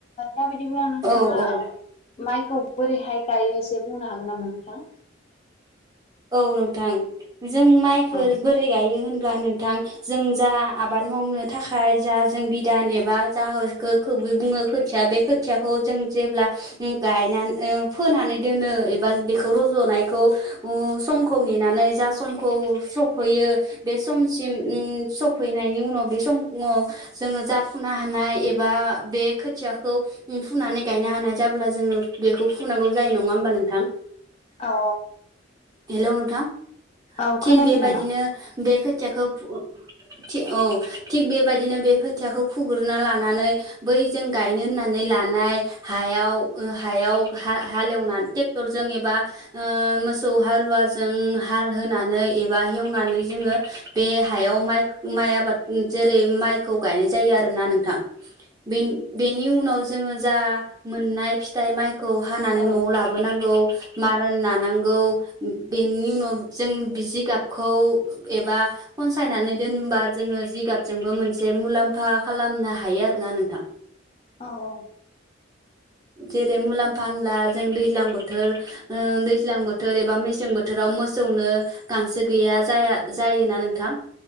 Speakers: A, on the left; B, on the right.
A: माबादिबा नोंथाङा
B: औ औ
A: माइखौ बोरैहाय गायो एसे बुंनो हागोन नामा नोंथां?
B: औ नोंथां जों माइखो
A: औ
B: बोरै गाय गायो होनब्ला नोंथां जों जा आबाद मावनो थाखाय जा जों बिधान एबा जा खौबो बुङो खोथिया बे खोथिया खोथियाखौ जों उम जेब्ला गायनानै ओ फोनानै दोनो एबा बेखौ रज'नायखौ उम समखौ नेनानै जा समखौ सफैयो बे समसिम उम सफैनाय नायनि उनाव समाव जोङो जा फुनो हानाय एबा बे खोथियाखौ फु नानै गायनो हानाय जाब्ला जोङो बेखौ फुनांगौ जायो नङा होमबा नोंथां?
A: औ
B: हेलौ नोंथां
A: औ
B: थिग
A: खोनायाखै
B: बेबायदिनो
A: नामा?
B: बे खोथियाखौ फु थि औ थिग बेबायदिनो बे खोथियाखौ फुगोरना लानानै बै जों गायनो होननानै लानाय हायाव ओ हायाव हा-हालेवना ट्रेक्टरजों एबा ओ मोस मोसौ हालुवाजों हाल होनानै एबा हेवनानै जोङो बे हायाव माइ माइ आबाद जेरै माइखौ गायनाय जायो आरोना नोंथां। बे-बेनि उनाव जोङो जा मोननाय फिथाइ माइखो हानानै
A: औ
B: नआव लाबोनांगौ मारा नानांग गौ। बेनि उनाव जों जिगाबखौ एबा खनसायनानै दोन होमबा जोङो जिगाबजोंबो मोनसे मुलाम्फा खालामनो हायो आरोना नोंथां।
A: औ औ।
B: जेरै मुलाम्फा होनब्ला जों दैज्लां बोथोर ओ दैज्लां बोथोर एबा मेसें मेसें बोथोराव मोसौनो गांसो गैया जाया-जायोना नोंथां।